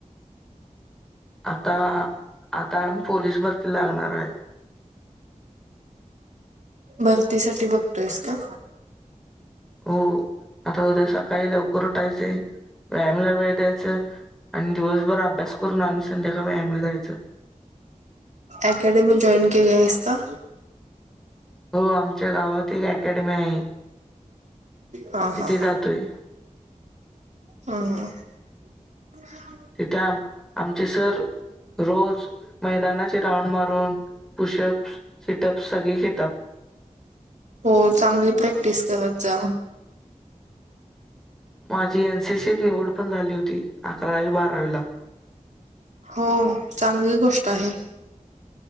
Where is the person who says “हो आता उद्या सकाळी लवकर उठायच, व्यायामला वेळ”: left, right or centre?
Centre